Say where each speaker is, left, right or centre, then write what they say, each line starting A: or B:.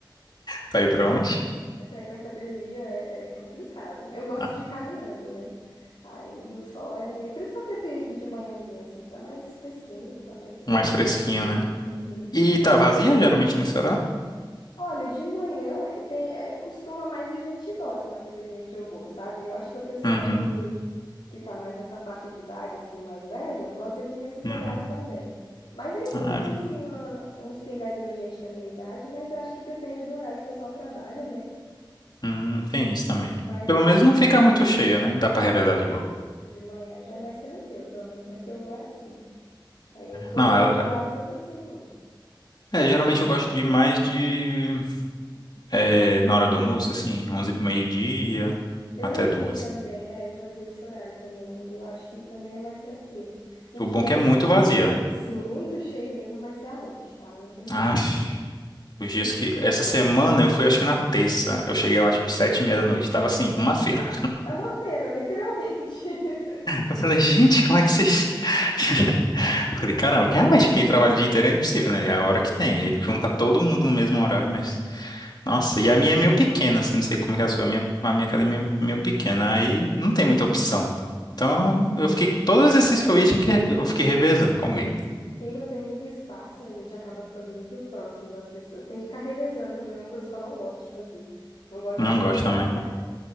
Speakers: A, on the left; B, on the left.
A: tá aí pra onde?
B: para ir para academia é é complicado. Eu gosto
A: Ah,
B: de ir caminhando, né? Aí no sol é meio. Por isso que eu prefiro ir de manhãzinha, assim, que tá mais fresquinho, tá mais
A: mais fresquinho,
B: tranquilo.
A: né?
B: Uhum.
A: E tá vazia, geralmente, nesse horário?
B: Olha, de manhã tem, é, costuma mais ir gente idosa na academia que eu vou, sabe? Eu acho que é o pessoal
A: Uhum,
B: que, que tá mais nessa faixa de idade, assim, mais velho, gosta de ir nesses
A: uhum.
B: horários também. Mas ainda
A: Ah,
B: tem, assim, uma- uns pingadinhos de gente da minha idade, mas eu acho que depende do horário que o pessoal trabalha, né?
A: hum, tem isso também.
B: Mas
A: Pelo
B: aí
A: menos não fica muito cheia, né? Dá pra
B: É,
A: revezar de boa.
B: isso de manhã já é mais tranquilo, pelo menos na que eu vou é assim. Aí os outros
A: Não, a- a-
B: horários eu não sei muito.
A: é, geralmente eu gosto de mais de... é, na hora do almoço, assim, 11 meio-dia
B: Eu
A: até
B: já fui
A: duas.
B: também, é, eu já fui esse horário também, e eu acho que também é mais tranquilo. O
A: O
B: que
A: bom é
B: é,
A: que é muito vazia.
B: sim, muito cheio mesmo vai ser à noite. Ai, não tem como.
A: Ah,
B: Impossível.
A: os dias que... Essa semana eu fui, acho que na terça. Eu cheguei lá, tipo, sete e meia da noite. Tava, assim, uma feira.
B: É uma feira, literalmente. <laughs>
A: Eu falei, gente, como é que vocês. <laughs> Eu falei, caramba, porque realmente quem trabalha o dia inteiro é impossível, né? É a
B: Sim.
A: hora que tem. Aí junta todo mundo no mesmo horário, mas. Nossa, e a minha é meio pequena, assim, não sei como é que é a sua. A minha, a minha academia é meio pequena. Aí não tem muita opção. Então eu fiquei. Todos os exercícios que eu ia, tinha que... eu fiquei revezando com alguém.
B: Sim, não tem muito espaço, né? A gente acaba ficando muito próximo das pessoas. Tem que ficar revezando também, é uma coisa que eu não gosto de fazer. Não gosto
A: Não
B: de revezar.
A: gosto também.
B: <laughs>